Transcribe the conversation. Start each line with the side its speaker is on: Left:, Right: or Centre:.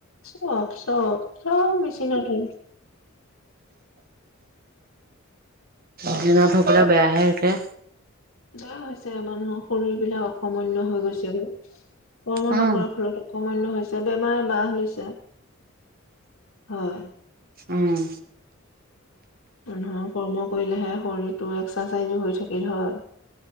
Left: চব চব চব মেচিনৰ কি <inaudible>
Right: দি নাথৰ পৰা বেয়াহে হৈছে
Left: বেয়া হৈছে মানুহৰ শৰীৰ বিলাক অকমাণ্য হৈ গৈছে গৈ কৰ্ম
Right: উম
Left: নকৰা ফলত অকমাণ্য হৈছে বেমাৰে বাহ লৈছে হয়
Right: উম
Left: মানুহৰ কৰ্ম কৰিলেহে শৰীৰটো এক্সাৰচাইজো হৈ থাকিল হয়